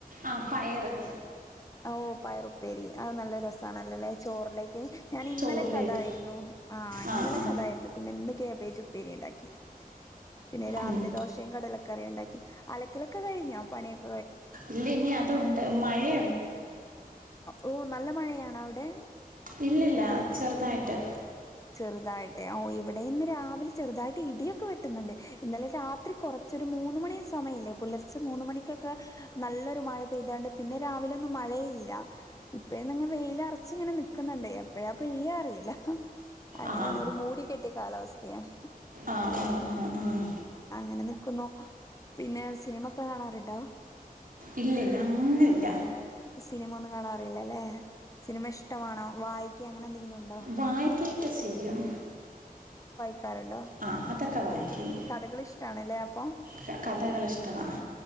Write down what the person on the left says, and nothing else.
ഓഹ് പയറുപ്പേരി അഅ് നല്ല രസാണല്ലല്ലേ ചോറിലേക്ക് ഞാൻ ഇന്നലൊക്കെ
അതായിരുന്നു ആഹ്
ഇന്നലൊക്കെ
അതായിരുന്നു പിന്നെ ഇന്ന് ക്യാബ് ക്യാബേജുപ്പേരി ഇണ്ടാക്ക്യാെ പിന്നെ രാവിലെ
ദോശയും കടലക്കറി ണ്ടാ അലക്കലക്കെ കഴിഞ്ഞോ പണിയോ
ഓ നല്ല മഴയാണോ അവ്ടെ
ചെറുതായിട്ട് ഓ ഇവിടെ ഇന്ന് രാവിലെ ചെറുതായിട്ട് ഇടിയൊക്കെ വെട്ടുന്നോണ്ട് ഇന്നലെ രാത്രി കൊറച്ചൊരു മൂന്നു മണി സമയില്ലേ പുലർച്ച മൂന്നു മണിക്കൊക്കെ നല്ലൊരു മഴ പെയ്താണ്ട് പിന്നെ രാവിലൊന്നും മഴയില്ല ഇപ്പഴന്ന ഇങ്ങെ വെയിലറച്ച ഇങ്ങനെ നിക്കുന്ന്ണ്ട് എപ്പഴാ പെയ്യാ അറില്ല അങ്ങനെയാണ്
ഒരു മൂടിക്കെട്ടിയ കാലാവസ് സ്ഥയാണ്
അങ്ങനെ നിക്കുന്നു പിന്നെ സിനിമക്കെ കാണാറ്ണ്ടൊ
സിനിമ ഒന്ന് കാണാ റില്ലല്ലേ സിനിമ ഇഷ്ട്ടവാണോ വായിക്ക അങ്ങനന്തെങ്കിലും ഉ
ക്കാറുണ്ടോ
കഥകളിഷ്ടണല്ലേ അപ്പോ